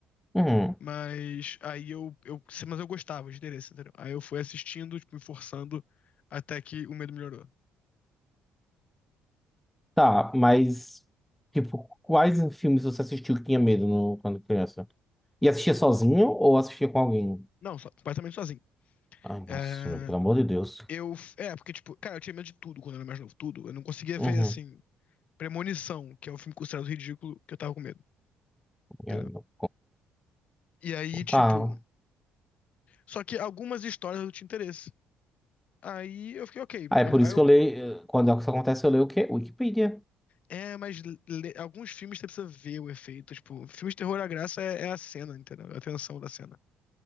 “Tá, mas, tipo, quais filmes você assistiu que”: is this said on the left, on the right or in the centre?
Centre